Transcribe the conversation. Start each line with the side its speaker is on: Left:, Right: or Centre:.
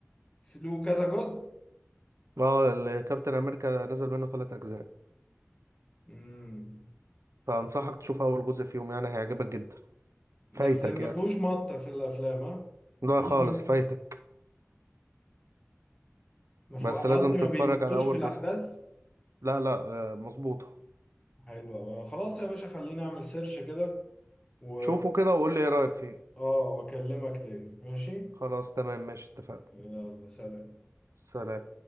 Left: له كذا جزء
Right: اه ال- كابتن امريكا نزل منه ثلاث اجزاء
Left: امم
Right: فانصحك تشوف اول جزء فيهم يعني هيعجبك جدا
Left: بس
Right: فايتك
Left: ما
Right: يعني
Left: فيهوش مط في الافلام ها
Right: لا
Left: ما فيهوش
Right: خالص
Left: مط
Right: فايتك
Left: ما فيه
Right: بس
Left: انا
Right: لازم
Left: قصدي
Right: تتفرج
Left: ما بيمطوش
Right: على اول
Left: في الاحداث
Right: جزء لا لا آه، مظبوطة
Left: حلو أوي. خلاص يا باشا خليني اعمل سيرش كده و
Right: شوفه كده وقول لي ايه رأيك فيه
Left: اه واكلمك تاني ماشي
Right: خلاص تمام ماشي اتفقنا
Left: يلا سلام
Right: سلام